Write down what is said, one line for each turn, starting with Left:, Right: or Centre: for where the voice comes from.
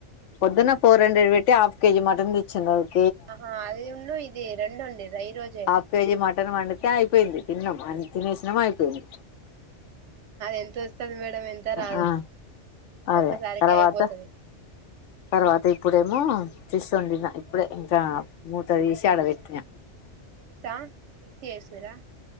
Left: పొద్దున్న ఫోర్ హండ్రెడ్ పెట్టి హాఫ్ కేజీ మటన్ తెచ్చింది అ
Right: ఆహా అది ఉండు ఇది రెండు ఉండి ఈరోజే
Left: హాఫ్ <unintelligible> అయిపోయింది తిన్నం అ తినేసానం అయిపోయింది
Right: ఎంత వస్తది మేడం ఎంత రాదు
Left: ఆ అదే
Right: ఒక్కసారికే
Left: తర్వాత
Right: అయిపోతది
Left: తర్వాత ఇప్పుడేమో చూసిండిన ఇప్పుడే ఇంకా మూత తీసి ఆడ పెట్టిన
Right: పులుసా పుల్సు చేస్తుర